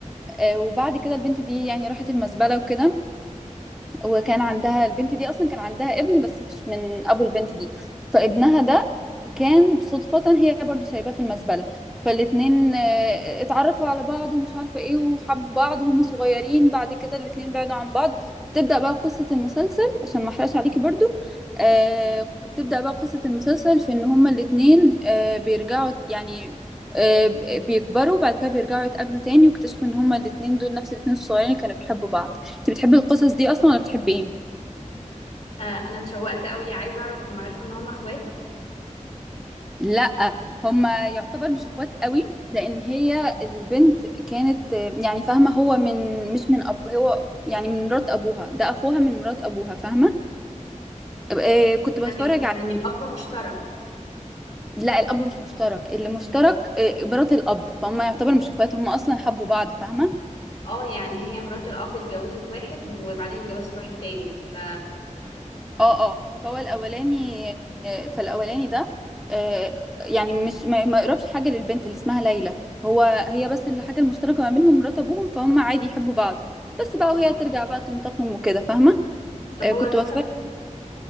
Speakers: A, in the centre; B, on the left.
A: آه، وبعد كده البنت دي يعني راحت المزبلة وكده وكان عندها البنت دي اصلا كان عندها ابن بس مش من ابو البنت دي فابنها ده كان صدفة هي برضو سايباه في المزبلة فالاتنين آه، اتعرفوا على بعض ومش عارفة ايه وحبوا بعض وهم صغيرين بعد كده الاتنين بعدوا عن بعض بتبدأ بقى قصة المسلسل عشان ما احرقش عليكي برضو آه بتبدأ بقى قصة المسلسل في ان هما الاتنين آه بيرجعوا يعني آه بيكبروا بعد كده بيرجعوا يتقابلوا تاني واكتشفوا ان هما الاتنين دول نفس الاتنين الصغيرين اللي كانوا بيحبوا بعض انت بتحبي القصص دي اصلا ولا بتحبي ايه
B: آه انا اتشوقت قوي عايزه اعرف هم عرفوا ان هم اخوات
A: لا هما يعتبر مش اخوات قوي لان هي البنت كانت آه، يعني فاهمه هو من مش من أب هو يعني من مرات ابوها ده اخوها من مرات ابوها فاهمه آه، كنت بتفرج
B: يعني لا
A: عليه
B: يعني الاب مشترك
A: لا الاب مش مشترك اللي مشترك آه، مرات الاب فهم يعتبر مش اخوات هم اصلا حبوا بعض فاهمه
B: اه يعني هي مرات الاب اتجوزت واحد وبعدين اتجوزت واحد تاني ف
A: اه اه فهو الاولاني آه، فالاولاني ده آه، يعني مش ما ما يقربش حاجه للبنت اللي اسمها ليلى هو هي بس الحاجه المشتركه ما بينهم مرات ابوهم فهم عادي يحبوا بعض بس بقى
B: اه
A: وهي ترجع بقى تنتقم وكده فاهمه
B: طب
A: آه،
B: هو
A: كنت
B: لسه
A: بتفرج